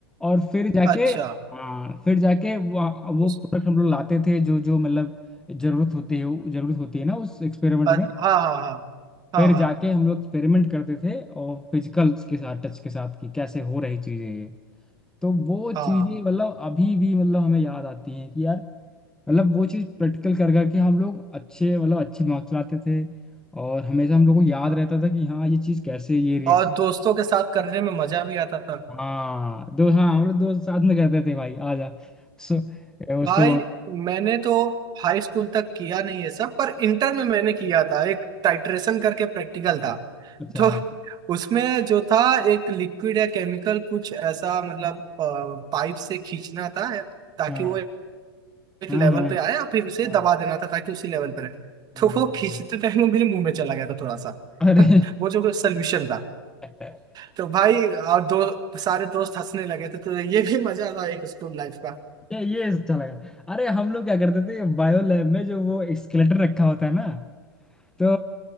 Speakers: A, in the centre; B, on the right.
A: और फिर जाके
B: अच्छा
A: हाँ फिर जाके वो वो
B: उस
A: प्रोडक्ट हम लोग लाते थे जो जो मतलब ज़रूरत होती है वो- जरूरत होती है ना उस एक्सपेरिमेंट
B: अ-
A: में
B: हाँ हाँ हाँ हाँ
A: फिर
B: हाँ
A: जाके हम लोग एक्सपेरिमेंट करते थे और फिजिकल्स के साथ टच के साथ कि कैसे हो रही चीज़ें ये तो वो चीज़ें
B: हाँ
A: मतलब अभी भी मतलब हमें याद आती हैं कि यार मतलब वो चीज़ प्रैक्टिकल कर करके हम लोग अच्छे मतलब अच्छे मार्क्स लाते थे और हमेशा हम लोग को याद
B: हाँ
A: रहता था कि हाँ ये चीज़ कैसे ये रिएक्शन
B: और दोस्तों के साथ करने में मजा भी आता था
A: हाँ दो हाँ हम लोग दोस्त साथ में कहते थे भाई आ जा सो उसको
B: भाई मैंने तो हाई स्कूल तक किया नहीं है सब पर इंटर में मैंने किया था एक टाइट्रेशन करके प्रैक्टिकल था
A: अच्छा
B: तो उसमें जो था एक लिक्विड या केमिकल कुछ ऐसा मतलब पाइप से खींचना था ताकि
A: हाँ
B: वो एक
A: हाँ
B: लेवल
A: हाँ
B: पे आए और फिर उसे
A: हाँ
B: दबा देना था ताकि उसी लेवल पे रहे
A: हाँ
B: तो वो
A: हाँ।
B: खींचते टाइम वो मेरे मुंह में चला गया था थोड़ा सा
A: अरे
B: <laughs> वो जो सोल्यूशन था
A: <laughs>
B: तो भाई और दो सारे दोस्त हंसने लगे थे तो ये भी मजा था एक स्कूल लाइफ
A: ये ये अच्छा लगा अरे हम लोग क्या करते थे बायो लैब में जो वो स्केलेटन रखा होता है ना तो